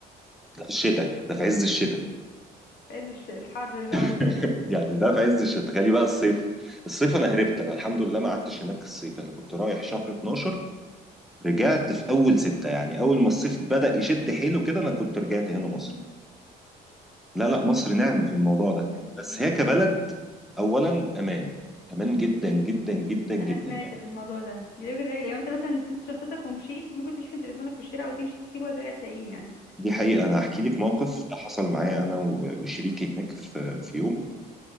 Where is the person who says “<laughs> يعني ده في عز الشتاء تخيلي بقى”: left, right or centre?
Centre